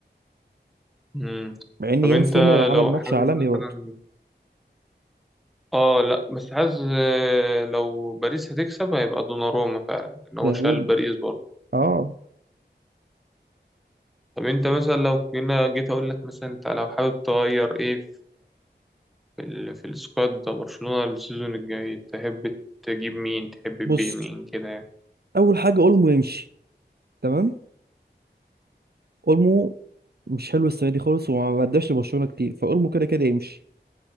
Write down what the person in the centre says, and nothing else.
امم
طب
انت
لو
حابب
مثلا
اه لا بس حاسس آه، لو باريس هتكسب هيبقى دوناروما فعلا ان هو
شال باريس برضه
طب انت مثلا لو هنا جيت اقول لك مثلا انت لو حابب تغير ايه في ال... في السكواد ده برشلونة السيزون الجاي تحب تجيب مين تحب
تبيع مين كده يعني